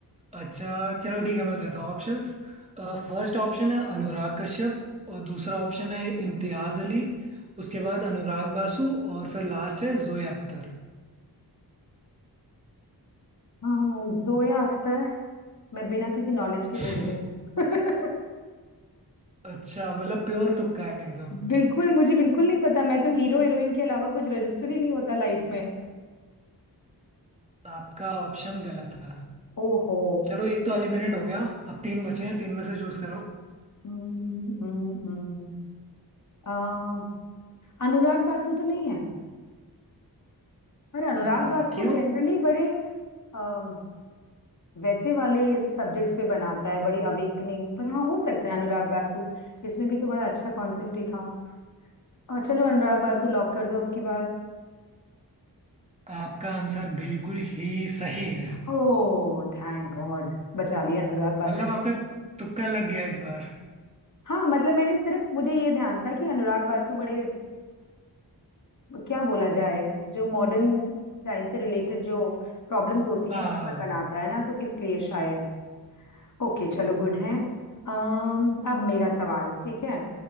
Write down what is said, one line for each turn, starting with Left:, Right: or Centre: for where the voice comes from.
Right: अच्छा चलो ठीक है मैं देता हूँ ऑप्शंस फर्स्ट ऑप्शन है अनुराग कश्यप और दूसरा ऑप्शन है इम्तियाज अली उसके बाद अनुराग बासु और फिर लास्ट है जोया अख्तर
Left: हाँ जोया अख्तर मैं बिना किसी नॉलेज के
Right: <laughs>
Left: बोल रही हूँ <laughs>
Right: अच्छा मतलब प्योर तुक्का है एकदम
Left: बिल्कुल मुझे बिल्कुल नहीं पता मैं तो हीरो हीरोइन के अलावा कुछ रजिस्टर ही नहीं होता लाइफ में
Right: आपका ऑप्शन गलत था
Left: ओहो
Right: चलो एक तो एलिमिनेट हो गया अब तीन बचे हैं तीन में से चूज करो
Left: हम्म, हम्म, हम्म। अम, अनुराग बासु तो नहीं है पर अनुराग
Right: अ,
Left: बासु
Right: क्यों
Left: जनरली बड़े अम, वैसे वाले सब्जेक्ट्स पे बनाता है बड़ी अवेकनिंग पर हाँ हो सकता है अनुराग बासु इसमें भी तो बड़ा अच्छा कॉन्सेप्ट ही था और चलो अनुराग बासु लॉक कर दो अब की बार
Right: आपका आंसर बिल्कुल ही सही है
Left: ओह थैंक गॉड बचा
Right: म-
Left: लिया अनुराग बासु
Right: मतलब आपका तुक्का लग गया इस बार
Left: हाँ मतलब मैंने सिर्फ मुझे ये ध्यान था कि अनुराग बासु बड़े क्या बोला जाए जो मॉडर्न टाइम से रिलेटेड जो प्रॉब्लम्स होती
Right: हाँ
Left: हैं उन
Right: हाँ,
Left: पर बनाता है ना तो इसलिए शायद ओके चलो गुड है अम्म अब मेरा सवाल ठीक है